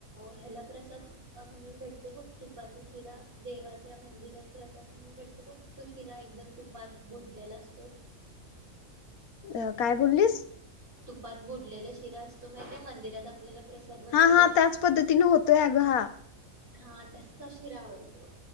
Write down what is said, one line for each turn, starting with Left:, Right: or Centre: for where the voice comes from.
Right: ह्याला प्रसाद अ म्हणून भेटतो बघ तुपाचा शिरा देवाच्या मंदिरात प्रसाद म्हणून भेटतो बघ तो शिरा एकदम तुपात बुडलेला असतो.
Left: अ काय बोललीस?
Right: तुपात बुडलेला शिरा असतो माहितीये मंदिरात आपल्याला प्रसाद वगैरे
Left: हा
Right: भेट
Left: हा त्याच पद्धतीने होतोय आग हा.
Right: हा तस्सा शिरा आवडतो.